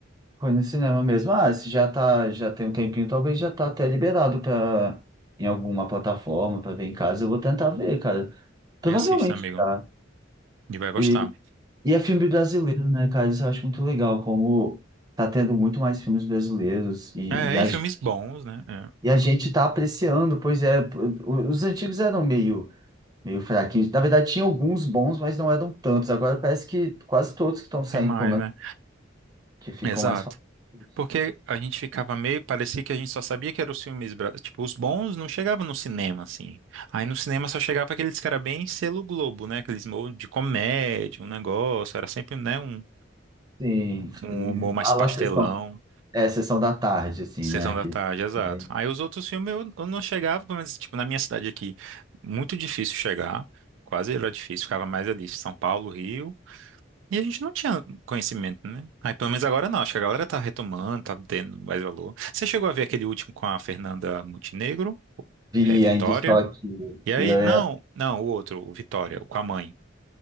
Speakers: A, on the right; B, on the right.
A: Foi no cinema mesmo. Ah, se já tá, já tem um tempinho, talvez já tá até liberado para em alguma plataforma para ver em casa. Eu vou tentar ver, cara. Provavelmente
B: Aí assista, amigo,
A: tá.
B: e vai gostar.
A: E, e é filme brasileiro, né, cara? Isso eu acho muito legal, como tá tendo muito mais filmes brasileiros e,
B: É,
A: e, a,
B: e filmes
A: gen-
B: bons, né? É,
A: e a gente tá apreciando, pois é, p- o- os antigos eram meio, meio fraquinhos. Na verdade, tinha alguns bons, mas não eram tantos. Agora parece que quase todos que estão saindo,
B: tem mais,
A: pelo menos,
B: né?
A: que ficam
B: Exato.
A: mais famosos.
B: Porque a gente ficava meio, parecia que a gente só sabia que eram os filmes, bra- tipo, os bons não chegavam no cinema, assim. Aí no cinema só chegava aqueles que era bem selo Globo, né? Aqueles humor de comédia, um negócio, era sempre, né, um,
A: Sim,
B: um
A: sim.
B: humor mais
A: lá
B: pastelão,
A: na sessão, é, sessão da tarde, assim,
B: sessão
A: né?
B: da
A: Que,
B: tarde, exato.
A: né,
B: Aí os outros filmes eu, eu não chegava, pelo menos, tipo, na minha cidade aqui, muito difícil chegar, quase era difícil, ficava mais ali, São Paulo, Rio, E a gente não tinha conhecimento, né? Aí pelo menos agora não, acho que a galera tá retomando, tá tendo mais valor. Você chegou a ver aquele último com a Fernanda Montenegro,
A: vi
B: é, Vitória?
A: ainda estoque
B: E aí,
A: e eu
B: não,
A: ia.
B: não, o outro, o Vitória, o com a mãe.